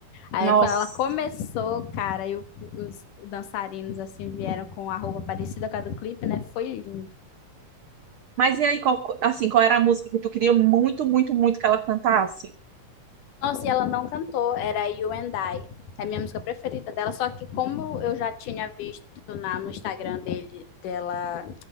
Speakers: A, on the left; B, on the right.
A: Aí
B: nossa.
A: quando ela começou, cara, e o- os dançarinos assim vieram com a roupa parecida com a do clipe, né? Foi lindo.
B: Mas e aí, qual, assim, qual era a música que tu queria muito, muito, muito que ela cantasse?
A: Nossa, e ela não cantou, era You and I. É a minha música preferida dela, só que como eu já tinha visto na, no Instagram dele, dela,